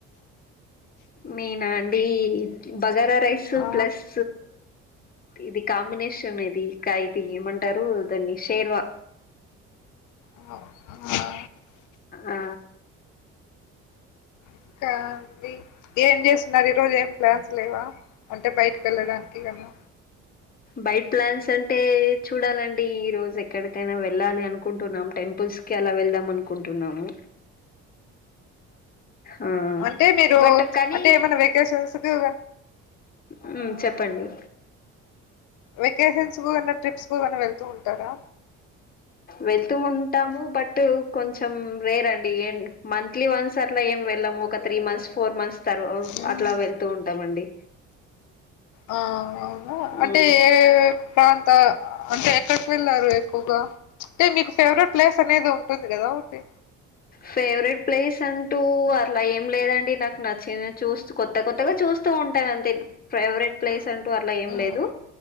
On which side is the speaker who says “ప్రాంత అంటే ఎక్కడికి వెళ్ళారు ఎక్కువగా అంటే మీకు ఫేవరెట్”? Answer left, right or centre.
Left